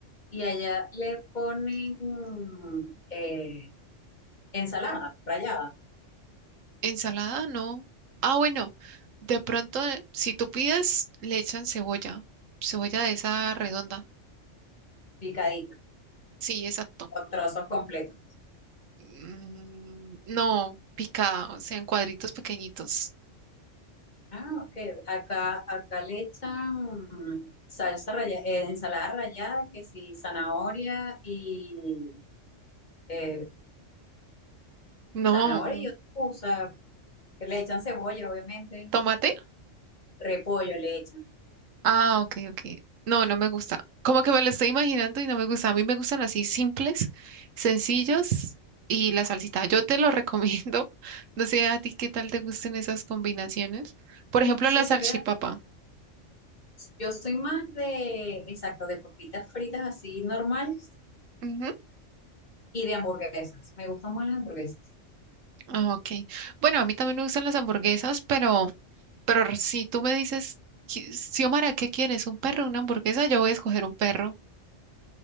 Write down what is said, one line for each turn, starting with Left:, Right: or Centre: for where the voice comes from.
Left: y allá le ponen mm, eh, ensalada rallada,
Right: Ensalada, no. Ah, bueno, de pronto, eh, si tú pides, le echan cebolla, cebolla de esa redonda.
Left: picadita,
Right: Sí, exacto.
Left: o trozos completos.
Right: Mm, no, picada, o sea, en cuadritos pequeñitos.
Left: Ah, ok. Acá, acá le echan salsa rallada, eh, ensalada rallada, que sí, zanahoria y eh,
Right: No,
Left: zanahoria y otra cosa. Le echan cebolla, obviamente.
Right: tomate.
Left: Repollo le echan.
Right: Ah, ok, ok. No, no me gusta. Como que me lo estoy imaginando y no me gusta. A mí me gustan así simples, sencillos y la salsita. Yo te lo recomiendo. <laughs> No sé a ti qué tal te gusten esas combinaciones. Por ejemplo,
Left: No, si
Right: la
Left: supieras,
Right: salchipapa.
Left: yo soy más de, exacto, de papitas fritas así normales
Right: Ujú.
Left: y de hamburguesas. Me gustan más las hamburguesas.
Right: Ah, ok. Bueno, a mí también me gustan las hamburguesas, pero, pero si tú me dices, "Qui- Xiomara, ¿qué quieres? ¿Un perro o una hamburguesa? Yo voy a escoger un perro.